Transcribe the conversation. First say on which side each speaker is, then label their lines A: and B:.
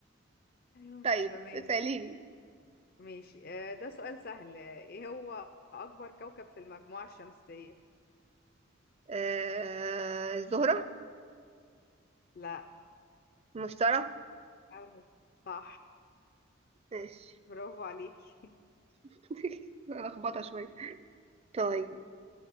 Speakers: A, on the left; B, on the right.
A: <laughs>
B: طيب
A: تمام
B: اسأليني
A: ماشي آه ده سؤال سهل آه، ايه هو أكبر كوكب في المجموعة الشمسية
B: آه الزهرة
A: لا
B: مشترى
A: أهو. صح
B: ماشي
A: برافو عليكي <laughs>
B: <laughs> لخبطة شوية طيب